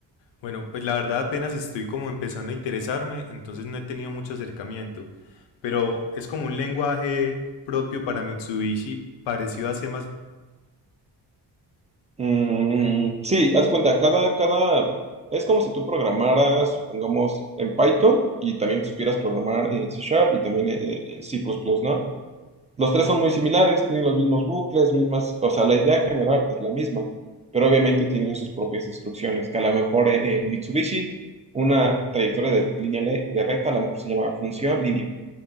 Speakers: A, on the left (about 85°); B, on the right (about 15°).
A: Bueno, pues la verdad apenas estoy como empezando a interesarme, entonces no he tenido mucho acercamiento, pero es como un lenguaje propio para Mitsubishi parecido a C++.
B: Mm, sí, haz de cuenta, cada, cada, es como si tú programaras, supongamos, en Python y también supieras programar en C Sharp y también eh, en C++, ¿no? Los tres son muy similares, tienen los mismos bucles, mismas, o sea, la idea general es la misma, pero obviamente tienen sus propias instrucciones, que a lo mejor en, en Mitsubishi una trayectoria de línea le- de recta a lo mejor se llama función línea